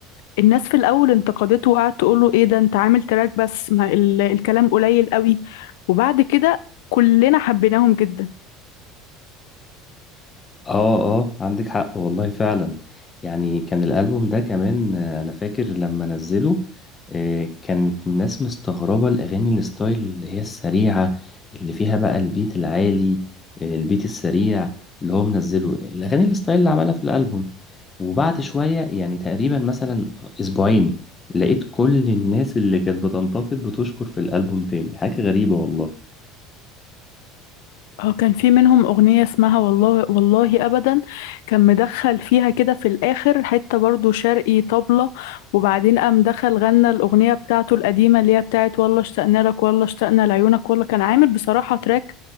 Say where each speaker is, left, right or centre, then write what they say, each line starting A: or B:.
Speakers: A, on the left (about 80°); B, on the left (about 15°).
A: الناس في الأول انتقدته وقعدت تقول له ايه ده انت عامل تراك بس ما ال- الكلام قليل قوي وبعد كده كلنا حبيناهم جدا
B: اه اه عندك حق والله فعلا يعني كان الألبوم ده كمان آه، انا فاكر لما نزله آه، كانت الناس مستغربة الأغاني الستايل اللي هي السريعة اللي فيها بقى البيت العالي آه، البيت السريع اللي هو منزله الأغاني الستايل اللي عملها في الألبوم وبعد شوية يعني تقريبا مثلا أسبوعين لقيت كل الناس اللي كانت بتنتقد بتشكر في الألبوم تاني حاجة غريبة والله
A: اه كان في منهم أغنية اسمها والله والله أبدا كان مدخل فيها كده في الآخر حتة برضو شرقي طبلة وبعدين قام دخل غنى الأغنية بتاعته القديمة اللي هي بتاعت والله اشتقنا لك والله اشتقنا لعيونك والله كان عامل بصراحة تراك